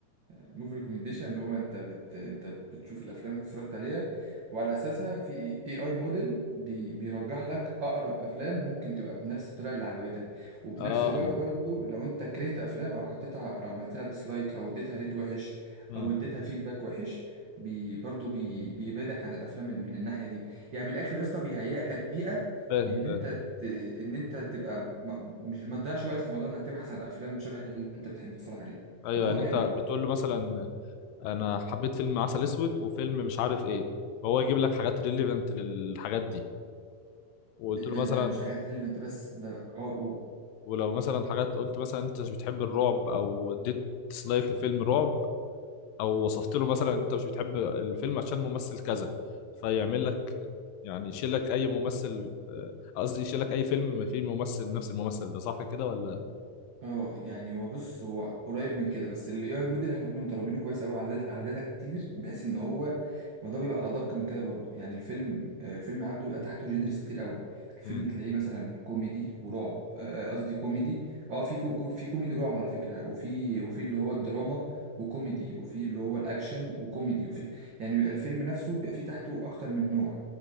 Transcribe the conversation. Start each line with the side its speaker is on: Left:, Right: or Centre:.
Right: موفي ريكومنديشن اللي هو انت بت انت بتشوف الافلام اللي اتفرجت عليها وعلى اساسها في اي اي موديل بي بيرجح لك اقرب افلام ممكن تبقى بنفس الطريقه اللي عجبتك وفي
Left: اه
Right: نفس الوقت برضو لو انت كرهت افلام او حطيتها او عملت لها ديسلايك او اديتها ريت وحش
Left: امم
Right: او اديتها فيدباك وحش بي برضو بي بيبعدك عن الافلام من الناحيه دي يعني من الاخر يا اسطى بيهيئ لك بيئه
Left: فاهم
Right: ان
Left: فاهم
Right: انت ت- ان انت تبقى م- مش ما تضيعش وقت في موضوع انك تبحث على افلام شبه اللي انت بتحب تتفرج عليه
Left: ايوه
Right: الموضوع
Left: يعني
Right: جامد
Left: انت بتقول
Right: عامه
Left: له مثلا انا حبيت فيلم عسل اسود وفيلم مش عارف ايه فهو يجيب لك حاجات ريليفنت للحاجات دي وقلت
Right: ده ده,
Left: له مثلا
Right: ده مش حاجات ريليفنت بس ده اه قول
Left: ولو مثلا حاجات قلت مثلا انت مش بتحب الرعب او اديت ديسلايك لفيلم رعب او وصفت له مثلا انت مش بتحب الفيلم عشان ممثل كذا فيعمل لك يعني يشيل لك اي ممثل آه، قصدي يشيل لك اي فيلم فيه ممثل نفس الممثل ده صح كده ولا
Right: اه يعني هو بص هو قريب من كده بس الاي اي موديل احنا كنا مدربينه كويس قوي على داتا على داتا كتير بحيث ان هو الموضوع بيبقى ادق من كده برضو يعني الفيلم آه، فيلم عبده بيبقى تحته جينرز كتير قوي الفيلم
Left: امم
Right: تلاقيه مثلا كوميدي ورعب آه، آه، قصدي كوميدي اه في كو كو- في كوميدي رعب على فكره وفي وفي اللي هو الدراما وكوميدي وفي اللي هو الاكشن وكوميدي وفي يعني بيبقى الفيلم نفسه بيبقى فيه تحته اكتر من نوع